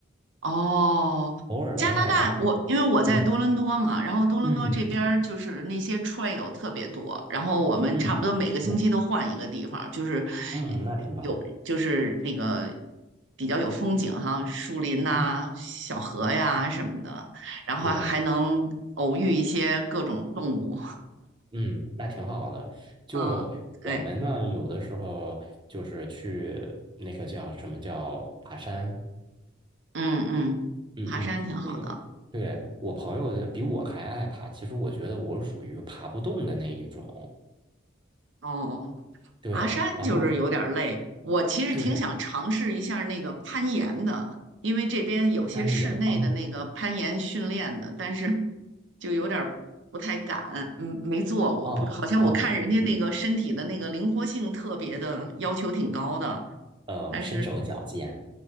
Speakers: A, on the right (about 65°); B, on the right (about 25°).
A: 哦，
B: 偶尔的话，
A: 加拿大，
B: 然后
A: 我因为我在多伦多嘛，
B: 嗯
A: 然后多伦多这边儿就是那些
B: 嗯
A: trail 特别多，然后我们差不多每个星期都换一个地方，
B: 嗯，对，
A: 就是
B: 嗯，那挺棒，
A: 有就是那个比较有风景哈，树林呐、
B: 嗯，
A: 小河呀什么的，然后还能偶遇一些各种动物，
B: 对。嗯，那挺好的。就我们呢，
A: <laughs> 嗯，对，
B: 有的时候就是去那个叫什么叫爬山，
A: 嗯嗯，
B: 嗯嗯，
A: 爬山挺好的，
B: 那个对我朋友比我还爱爬，其实我觉得我属于爬不动的那一种。
A: 哦。
B: 对，
A: 爬山就是有点儿累，
B: 然后
A: 我其实挺想尝试一下那个攀岩的，
B: 对
A: 因为这边有些室内的那个攀岩训练的，
B: 攀岩，哦
A: 但是 <laughs> 就有点儿不太敢，嗯，没做过，
B: 哦哦，
A: 不，好像我看人家那个身体的那个灵活性特别的要求挺高的，
B: 呃，
A: 但是
B: 身手矫健，